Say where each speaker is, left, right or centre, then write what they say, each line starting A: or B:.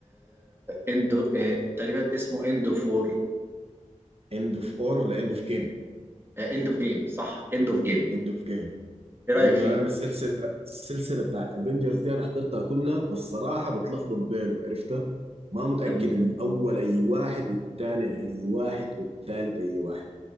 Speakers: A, on the right; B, on the right.
A: اندو آه، تقريبا اسمه اند اوف وور
B: اند اوف اور ولا اند اوف جيم
A: اند اوف جيم صح اند اوف جيم
B: اند اوف جيم
A: ايه
B: يلا
A: رايك فيه
B: انا السلسله السلسله بتاعت افنجرز دي انا حضرتها كلها بس صراحه بتلخبط بينهم عرفتها ما متاكد
A: تمام
B: الاول اي واحد والثاني اي واحد والثالث اي واحد